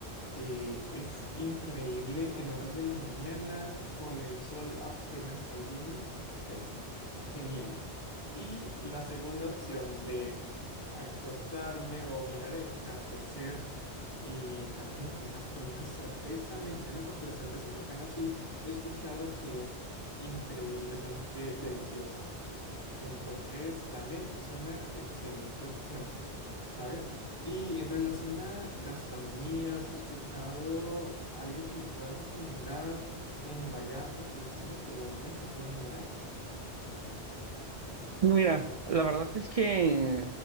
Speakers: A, on the left; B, on the right.
A: eh, es increíble en horas de la mañana, con el sol apenas saliendo, es genial. Y la segunda opción de acostarme o mirar el atardecer y también quizás con una cerveza mexicana, porque la cerveza mexicana sí he escuchado que es increíblemente deliciosa. Entonces, también es una excelente opción, ¿sabes? Y en relación a gastronomía, ¿has escuchado algo que me puedas recomendar en Vallarta precisamente o en México en general?
B: Mira, la verdad es que